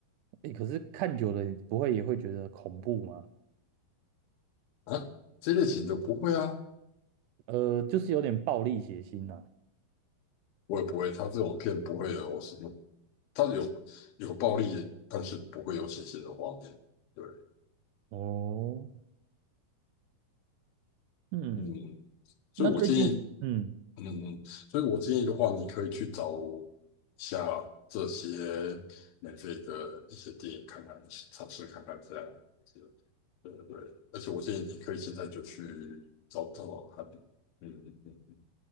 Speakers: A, on the right; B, on the left.
A: 诶，可是看久了，你不会也会觉得恐怖吗？
B: 啊，这类型的不会啊，
A: 呃，就是有点暴力血腥呐、
B: 我也不会。他这种片不会有什么，他有有暴力，但是不会有血腥的画面。对，
A: 哦，嗯，
B: 嗯，所以我建议
A: 那最近，嗯，
B: 嗯嗯，所以我建议的话，你可以去找下这些免费的一些电影看看，尝试看看这样子。对对对，而且我建议你可以现在就去找找找看。嗯嗯嗯